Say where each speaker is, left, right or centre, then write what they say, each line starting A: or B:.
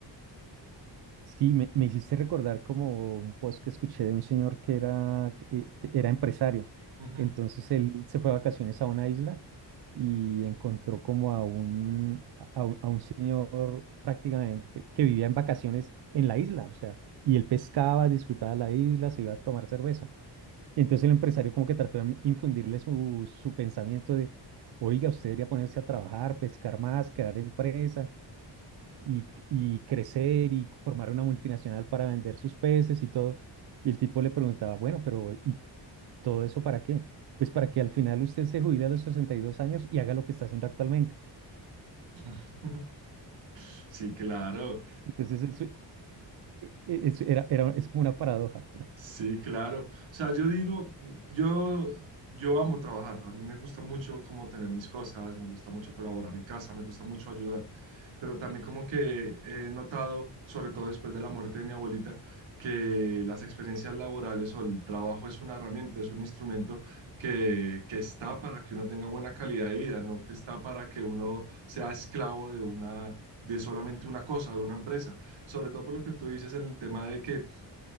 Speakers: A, on the right; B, on the right.
A: Sí, me, me hiciste recordar como un post que escuché de un señor que era, eh, te- era empresario.
B: Ujú.
A: Entonces él se fue a vacaciones a una isla y encontró como a un, a a un, a un señor prácticamente que vivía en vacaciones en la isla. O sea, y él pescaba, disfrutaba la isla, se iba a tomar cerveza. Entonces el empresario como que trató de infundirle su, su pensamiento de, oiga, usted debería ponerse a trabajar, pescar más, crear empresa y, y crecer y formar una multinacional para vender sus peces y todo. Y el tipo le preguntaba, bueno, pero ¿y todo eso para qué? Pues para que al final usted se jubile a los 62 años y haga lo que está haciendo actualmente.
B: <laughs> Sí, claro.
A: Entonces, el su- e- e- es, era, era- es como una paradoja.
B: Sí, claro. O sea, yo digo, yo, yo amo trabajar. A mí me gusta mucho como tener mis cosas, me gusta mucho colaborar en casa, me gusta mucho ayudar. Pero también como que he notado, sobre todo después de la muerte de mi abuelita, que las experiencias laborales o el trabajo es una herramienta, es un instrumento que, que está para que uno tenga buena calidad de vida, no que está para que uno sea esclavo de una, de solamente una cosa, de una empresa. Sobre todo por lo que tú dices en el tema de que